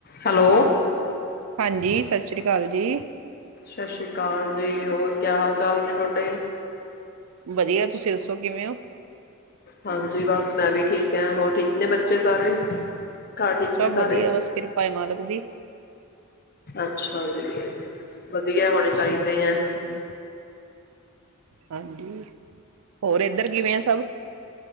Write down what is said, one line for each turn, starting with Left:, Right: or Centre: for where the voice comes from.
Left: ਹੈਲੋ
Right: ਹਾਂਜੀ ਸਤ ਸਤਿ ਸ਼੍ਰੀ ਅਕਾਲ ਜੀ
Left: ਸਤਿ ਸ੍ਰੀ ਅਕਾਲ ਜੀ ਹੋਰ ਕਿਆ ਹਾਲ ਚਾਲ ਨੇ ਤੁਹਾਡੇ
Right: ਵਧੀਆ ਤੁਸੀਂ ਦੱਸੋ ਕਿਵੇਂ ਹੋ
Left: ਹਾਂਜੀ ਬਸ ਮੈਂ ਵੀ ਠੀਕ ਹੈ ਹੋਰ ਠੀਕ ਨੇ ਬੱਚੇ ਸਾਰੇ ਘਰ ਠੀਕ
Right: ਸਭ
Left: ਨੇ
Right: ਵਧੀਆ,
Left: ਸਾਰੇ
Right: ਬਸ ਕਿਰਪਾ ਏ ਮਾਲਕ ਦੀ।
Left: ਅੱਛਾ ਜੀ ਵਧੀਆ ਹੋਣੇ ਚਾਹੀਦੇ
Right: ਹੂੰ,
Left: ਹੈ
Right: ਹਾਂਜੀ, ਹੋਰ ਇੱਧਰ ਕਿਵੇਂ ਐ ਸਭ